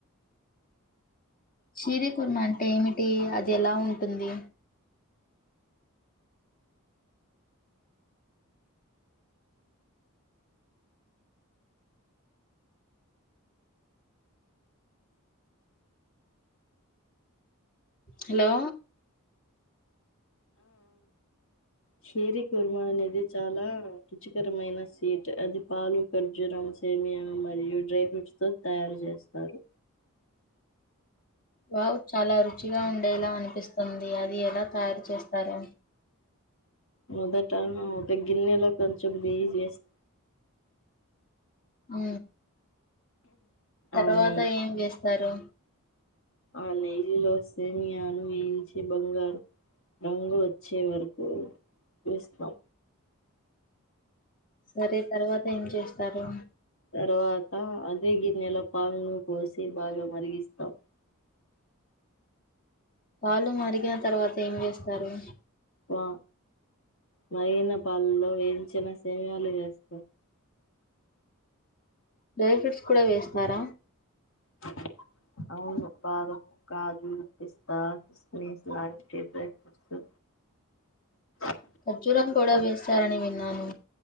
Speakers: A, on the left (about 40°); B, on the left (about 60°).
A: శిరి కుర్మ అంటే ఏమిటి అది ఎలా ఉంటుంది హలో
B: షిరి కుర్మ అనేది చాలా రుచికరమైన సీట్ అది పలు ఖర్జూరం సేమియా మరియు డ్రై ఫ్రూట్స్ తో తయారు చేస్తారు
A: వావ్ చాలా రుచిగా ఉండేలా అనిపిస్తుంది అది ఎలా తయారు చేస్తారో
B: మొదటగిన్నెలో కొంచెంనెయ్యి చేస్తా
A: ఉ తర్వాత
B: ఆ నెయ్యి
A: ఏం చేస్తారు
B: ఆ నెయ్యి లో సేమియాను బంగారు రంగు వచ్చే వరకు వేస్తాం
A: సరే తర్వాత ఏం చేస్తారు
B: తర్వాత అదే గిన్నెల పాాలను పోసి బాగా మరిగిస్తాం
A: పాలు మరిగిన తర్వాత ఏం చేస్తారు
B: పా మరిగిన పాలల్లో వేయించిన సేమయాలు వేస్తా
A: డై ఫ్రూట్స్ కూడా వేసినార
B: <inaudible> అవును బాధమ్ కాజూ పిస్తా కిస్మిస్ లాంటి డ్రై ఫ్రూట్స్ <inaudible>
A: ఖర్జూరం కూడా వేస్తారని విన్నాను